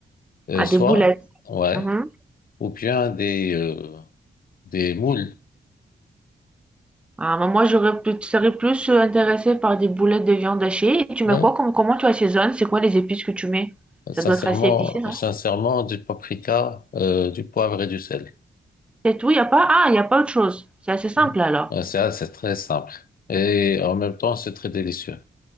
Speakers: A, on the left (about 50°); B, in the centre.
A: Euh,
B: Ah,
A: soit
B: des boulettes.
A: ouais,
B: Mhm.
A: ou bien des euh, des moules.
B: Ah, bah, moi, j'aurais plus, tu serais plus euh, intéressée par des boulettes de viande hachée. Et tu
A: Ouais,
B: mets quoi comme, comment tu assaisonnes? C'est quoi les épices que tu mets? Ça
A: Sincèrement,
B: doit être assez épicé, non?
A: sincèrement, du paprika, euh, du poivre et du sel.
B: C'est tout, il a pas, ah, y a pas autre chose. C'est assez simple
A: Mm.
B: alors.
A: Ouais, C'est ah, c'est très simple. Et en même temps, c'est très délicieux.